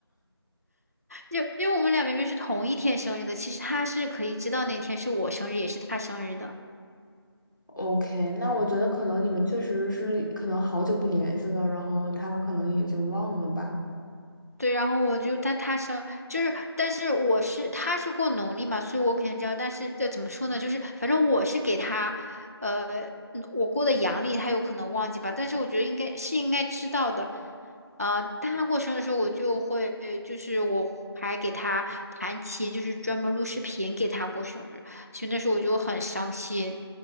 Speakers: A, on the right; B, on the left.
A: 就因为我们俩明明是同一天生日的，其实他是可以知道那天是我生日，也是他生日的。
B: OK，那我觉得可能你们确实是可能好久不联系了，然后他可能也就忘了吧。
A: 对，然后我就，但他生就是，但是我是他是过农历嘛，所以我肯定知道。但是这怎么说呢？就是反正我是给他，呃，嗯我过的阳历，他有可能忘记吧。但是我觉得应该是应该知道的。呃，他过生日的时候，我就会就是我还给他弹琴，就是专门录视频给他过生日，所以那时候我就很伤心，